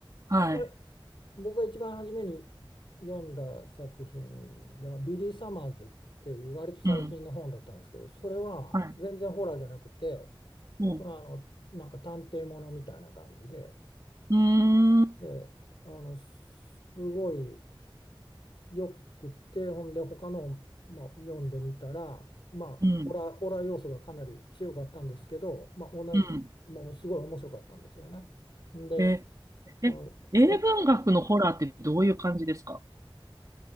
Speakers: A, on the right; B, on the left.
A: はい。
B: か僕が一番初めに読んだ作品がビリー・サマーズっていう割と最近の本だったんですけど、
A: うん。
B: それは全然ホラーじゃなくて、
A: はい。うん
B: 本当はあのなんか探偵ものみたいな感じで、
A: うーん、
B: で、あのすごいよくて、ほんで他の、まあ、読んでみたら、まあ、
A: うん、
B: ホラー、ホラー要素がかなり強かったんですけど、まあ、同じ、
A: うん。
B: ものすごい面白かったんですよね。んで、
A: え、
B: その、
A: え、
B: さ、
A: 英文学のホラーってどういう感じですか